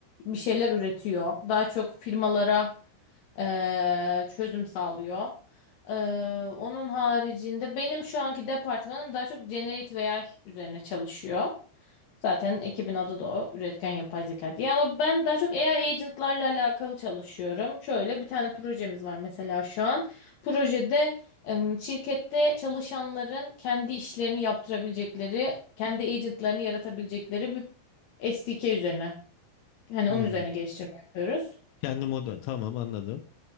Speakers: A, on the left (about 65°); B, on the left (about 85°).
A: bir şeyler üretiyor. Daha çok firmalara eee, çözüm sağlıyor. Eee, onun haricinde benim şu anki departmanım daha çok Generate AI üzerine çalışıyor. Zaten ekibin adı da o. Üretken yapay zeka diye. Ama ben daha çok AI agentlarla alakalı çalışıyorum. Şöyle bir tane projemiz var mesela şu an. Projede em, şirkette çalışanların kendi işlerini yaptırabilecekleri, kendi agentlarını yaratabilecekleri bir SDK üzerine. Yani
B: Hmm.
A: onun üzerine geliştirme yapıyoruz.
B: Kendi moda tamam anladım.